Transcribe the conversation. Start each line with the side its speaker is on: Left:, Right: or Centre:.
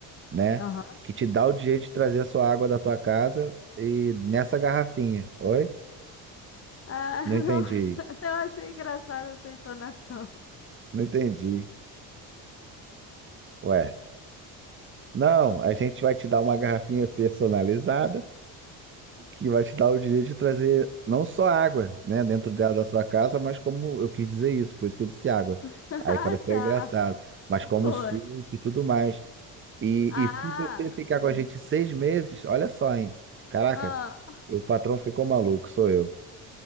Right: né?
Left: Aham.
Right: Que te dá o direito de trazer a sua água da tua casa e nessa garrafinha. Oi?
Left: Ah, <laughs>
Right: Não entendi,
Left: não. Eu achei engraçada a sua entonação.
Right: não entendi. Ué, não, a gente vai te dar uma garrafinha personalizada que vai te dar o direito de trazer não só água, né, dentro dela da sua casa, mas como eu quis dizer isso, por isso que eu disse água.
Left: <laughs> Ah,
Right: Aí pareceu
Left: tá.
Right: engraçado, mas como
Left: Foi.
Right: suco e tudo mais. E,
Left: Ah,
Right: e se você ficar
Left: sim.
Right: com a gente seis meses, olha só, hein? Caraca,
Left: Ah,
Right: o patrão ficou maluco, sou eu.